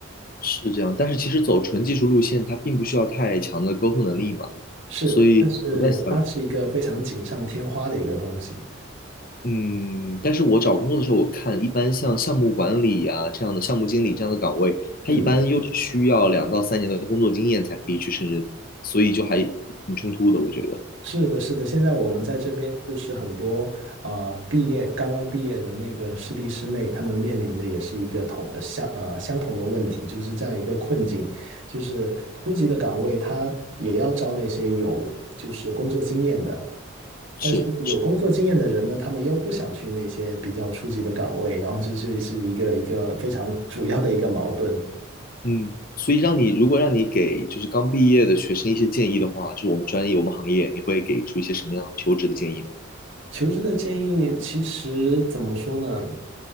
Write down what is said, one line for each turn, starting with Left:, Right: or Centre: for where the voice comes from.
Left: 是这样。但是其实走纯技术路线，它并不需要太强的沟通能力嘛，
Right: 是，
Left: 所以我在想，
Right: 但是它是一个非常锦上添花的一个东西。
Left: 嗯，但是我找工作的时候，我看一般像项目管理呀、这样的项目经理这样的岗位，它一般又是需要两到三年的工作经验才可以去胜任，
Right: 嗯。
Left: 所以就还挺冲突的，我觉得。
Right: 是的，是的，现在我们在这边就是很多啊，毕业刚刚毕业的那个师弟师妹，他们面临的也是一个同呃相呃相同的问题，就是这样一个困境，就是初级的岗位他也要招那些有就是工作经验的，
Left: 是是，
Right: 但是有工作经验的人呢，他们又不想去那些比较初级的岗位，然后这就是一个一个非常主要的一个矛盾。
Left: 嗯，所以让你如果让你给就是刚毕业的学生一些建议的话，就是我们专业我们行业，你会给出一些什么样的求职的建议呢？
Right: 求职的建议其实怎么说呢？